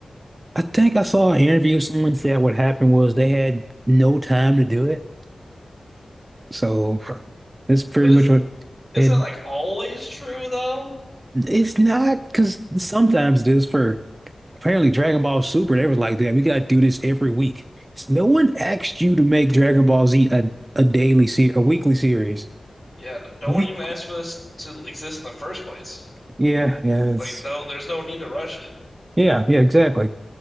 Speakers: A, on the right; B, on the left.
A: I think I saw an interview. Someone said what happened was they had no time to do it. So that's pretty
B: But is
A: much what
B: is
A: it.
B: that like always true though?
A: It's not because sometimes it is for. Apparently, Dragon Ball Super, they was like, damn, we gotta do this every week. So no one asked you to make Dragon Ball Z a, a daily se a weekly series.
B: Yeah, n- no
A: Week,
B: one even asked for this to exist in the first place.
A: yeah, yeah, it's,
B: Like, no, there's no need to rush it.
A: yeah, yeah, exactly.